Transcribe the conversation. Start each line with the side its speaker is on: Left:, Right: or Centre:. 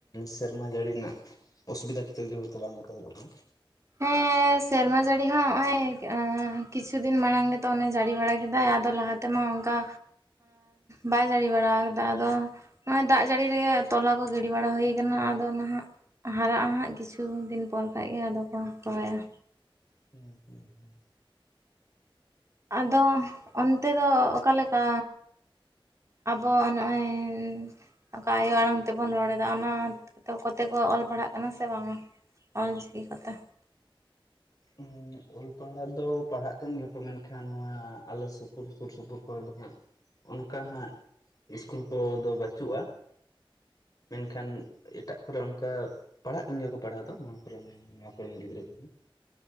Left: ᱥᱮᱨᱢᱟ ᱡᱟᱲᱤ ᱨᱮᱱᱟᱜ ᱚᱥᱩᱵᱤᱫᱟ ᱠᱷᱟᱹᱛᱤᱨ ᱜᱮ ᱦᱚᱭᱛᱳ ᱵᱟᱝ ᱮᱛᱚᱦᱚᱵ ᱟᱠᱟᱱᱟ
Right: ᱦᱮᱸ ᱥᱮᱨᱢᱟ ᱡᱟᱹᱲᱤ ᱦᱚᱸ ᱦᱸᱚᱜᱼᱚᱭ ᱠᱤᱪᱷᱩ ᱫᱤᱱ ᱢᱟᱲᱟᱝ ᱜᱮᱛᱚ ᱚᱱᱮ ᱡᱟᱹᱲᱤ ᱵᱟᱲᱟ ᱠᱮᱫᱟᱭ ᱟᱫᱚ ᱞᱟᱦᱟ ᱛᱮ ᱛᱮᱢᱟ ᱚᱱᱠᱟ ᱵᱟᱭ ᱡᱟᱹᱲᱤ ᱵᱟᱲᱟ ᱠᱟᱫᱟ ᱟᱫᱚ ᱱᱚᱜᱼᱚᱭ ᱫᱟᱜ ᱡᱟᱹᱲᱤ ᱨᱮᱜᱮ ᱛᱚᱞᱟ ᱠᱚ ᱜᱤᱰᱤ ᱵᱟᱲᱟ ᱦᱩᱭ ᱠᱟᱱᱟ ᱟᱫᱚ ᱱᱟᱦᱟᱜ ᱦᱟᱨᱟᱜᱼᱟ ᱦᱟᱸᱜ ᱠᱤᱪᱷᱩ ᱫᱤᱱ ᱯᱚᱨ ᱠᱷᱟᱡ ᱜᱮ ᱟᱫᱚ ᱠᱚ ᱨᱚᱦᱚᱭ ᱟ
Left: ᱦᱩᱸ ᱦᱩᱸ ᱦᱩᱸ
Right: ᱟᱫᱚ ᱚᱱᱛᱮ ᱫᱚ ᱚᱠᱟ ᱞᱮᱠᱟ ᱟᱵᱚ ᱱᱚᱜᱼᱚᱭ ᱚᱠᱟ ᱟᱭᱳ ᱟᱲᱟᱝ ᱛᱮ ᱵᱚᱱ ᱨᱚᱲ ᱮᱫᱟ ᱚᱱᱟ ᱠᱚᱛᱮ ᱠᱚ ᱚᱞ ᱯᱟᱲᱦᱟᱜ ᱠᱟᱱᱟ ᱥᱮ ᱵᱟᱝ ᱟ ᱚᱞ ᱪᱤᱠᱤ ᱠᱚᱛᱮ
Left: ᱦᱩᱸ ᱚᱞ ᱯᱟᱲᱦᱟᱜ ᱫᱚ ᱯᱟᱲᱦᱟᱜ ᱠᱟᱱ ᱜᱮᱭᱟ ᱠᱚ ᱢᱮᱱᱠᱷᱟᱱ ᱱᱚᱣᱟ ᱟᱞᱮ ᱥᱩᱯᱩᱨ ᱥᱩᱨ ᱥᱩᱯᱩᱨ ᱠᱚᱨᱮ ᱫᱚ ᱦᱟᱸᱜ ᱚᱱᱠᱟ ᱦᱟᱸᱜ ᱤᱥᱠᱩᱞ ᱠᱚᱫᱚ ᱵᱟᱪᱩᱜᱼᱟ ᱢᱮᱱᱠᱷᱟᱱ ᱮᱴᱟᱜ ᱠᱚᱨᱮ ᱚᱱᱠᱟ ᱯᱟᱲᱦᱟᱜ ᱠᱟᱱ ᱜᱮᱭᱟ ᱠᱚ ᱯᱟᱲᱦᱟᱣ ᱫᱚ ᱱᱚᱣᱟ ᱠᱚᱨᱮᱱ ᱱᱚᱣᱟ ᱠᱚᱨᱮᱱ ᱜᱤᱫᱽᱨᱟᱹ ᱠᱚᱦᱚᱸ